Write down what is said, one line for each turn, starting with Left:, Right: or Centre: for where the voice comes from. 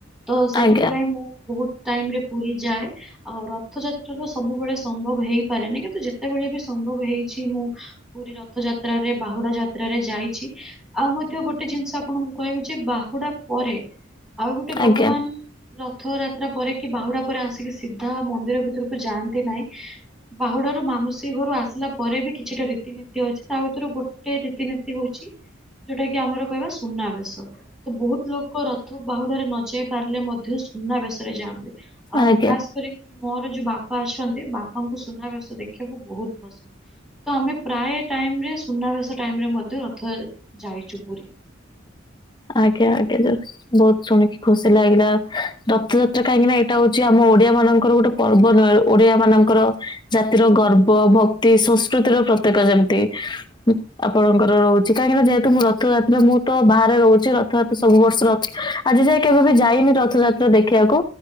Centre: ତ ସେଥିପାଇଁ
Left: ଆଜ୍ଞା
Centre: ମୁଁ ବୋହୁତ ଟାଇମ୍ ରେ ପୁରୀ ଯାଏ। ଆଉ ରଥଯାତ୍ରା ତ ସବୁବେଳେ ସମ୍ଭବ ହେଇପାରେନି କିନ୍ତୁ ଯେତେବେଳେ ବି ସମ୍ଭବ ହେଇଛି ମୁଁ ପୁରୀ ରଥଯାତ୍ରାରେ ବାହୁଡା ଯାତ୍ରାରେ ଯାଇଚି। ଆଉ ମଧ୍ୟ ଗୋଟେ ଜିନିଷ ଆପଣଙ୍କୁ କହିବି ଯେ ବାହୁଡ଼ା ପରେ ଆଉ ଗୋଟେ ଭଗବାନ
Left: ଆଜ୍ଞା
Centre: ରଥଯାତ୍ରା ପରେ କି ବାହୁଡା ପରେ ଆସିକି ସିଧା ମନ୍ଦିର ଭିତରୁକୁ ଯାଆନ୍ତି ନାହିଁ। ବାହୁଡାରୁ ମାମୁସୀ ଘରୁ ଆସିଲା ପରେ ବି କିଛିଟା ରୀତିନୀତି ଅଛି ତା ଭିତରୁ ଗୋ ଟେ ରୀତିନୀତି ହୋଉଚି ଯୋଉଟା କି ଆମର କହିବା ସୁନାବେଶ। ତ ବୋହୁତ ଲୋକ ରଥ ବାହୁଡାରେ ନ ଯାଇ ପାରିଲେ ମଧ୍ୟ ସୁନାବେଶରେ ଯାଆନ୍ତି। ଆଉ
Left: ଆଜ୍ଞା
Centre: ଖାସ କରିକି ମୋର ଯୋଉ ବାପା ଅଛନ୍ତି ବାପାଙ୍କୁ ସୁନାବେଶ ଦେଖିବାକୁ ବହୁତ ପସନ୍ଦ। ତ ଆମେ ପ୍ରାୟ ଟାଇମ୍ ରେ ସୁନାବେଶ ଟାଇମ୍ ରେ ମଧ୍ୟ ରଥ ଯାଇଚୁ ପୁରୀ।
Left: ଆଜ୍ଞା ଆଜ୍ଞା ଯାଉ ବୋହୁତ ଶୁଣିକି ଖୁସି ଲାଗିଲା ରଥଯାତ୍ରା କାହିଁକି ନା ଏଇଟା ହଉଚି ଆମ ଓଡ଼ିଆମାନଙ୍କର ଗୋଟେ ପର୍ବ ନୁଏ ଓଡ଼ିଆମାନଙ୍କର ଜାତିର ଗର୍ବ ଭକ୍ତି ସଂସ୍କୃତିର ପ୍ରତୀକ ଯେମତି। ଉଁ ଆପଣଙ୍କର ରହୁଚି କାହିଁକି ନା ଯେହେତୁ ମୁଁ ରଥଯାତ୍ରା ମୁଁ ତ ବାହାରେ ରହୁ ଚି ରଥଯାତ୍ରା ସବୁ ବର୍ଷ ର ଆଜି ଯାଏ କେବେ ବି ଯାଇନି ରଥଯାତ୍ରା ଦେଖିଆକୁ।